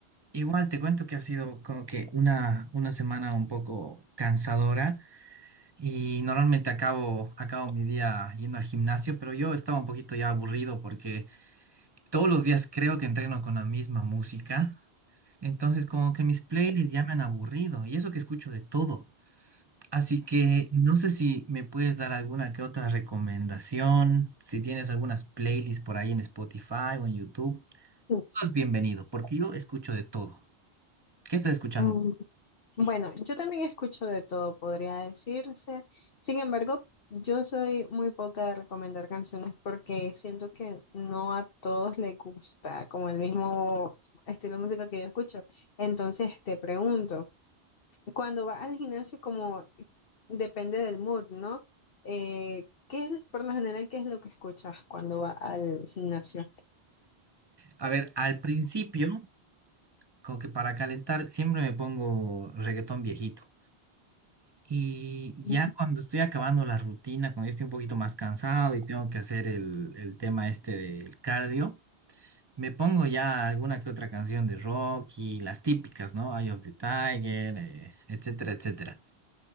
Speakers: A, on the right; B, on the left.
A: Igual te cuento que ha sido como que una, una semana un poco cansadora y normalmente acabo, acabo mi día yendo al gimnasio, pero yo estaba un poquito ya aburrido porque todos los días creo que entreno con la misma música, entonces como que mis playlists ya me han aburrido y eso que escucho de todo. Así que no sé si me puedes dar alguna que otra recomendación, si tienes algunas playlists por ahí en Spotify o en YouTube,
B: Mm,
A: todo es bienvenido porque yo escucho de todo. ¿Qué estás escuchando?
B: Mm, Bueno, yo también escucho de todo, podría decirse. Sin embargo, yo soy muy poca de recomendar canciones porque siento que no a todos les gusta como el mismo estilo de música que yo escucho. Entonces te pregunto. Cuando vas al gimnasio, como depende del mood, ¿no? Eh, ¿qué es, por lo general, qué es lo que escuchas cuando vas al gimnasio?
A: A ver, al principio, como que para calentar, siempre me pongo reggaetón viejito. Y
B: Ujú.
A: ya cuando estoy acabando la rutina, cuando ya estoy un poquito más cansado y tengo que hacer el, el tema este del cardio, me pongo ya alguna que otra canción de rock y las típicas, ¿no? Eye of the Tiger, eh, etcétera, etcétera.